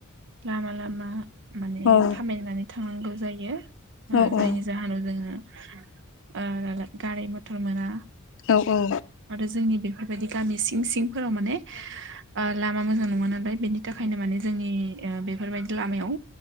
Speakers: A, on the right; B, on the left.
A: लामा लामा माने
B: औ
A: थाबायनानै थांनांगौ जायो
B: माने ओ
A: जायनि जाहोनाव जोङो गारि मथर मोना
B: औ औ
A: आरो जोंनि बेफोरबायदि गामि सिं सिंफोराव माने लामा मोजां नङा ना बेनि थाखायनो माने जोंनि बेफोरबायदि लामायाव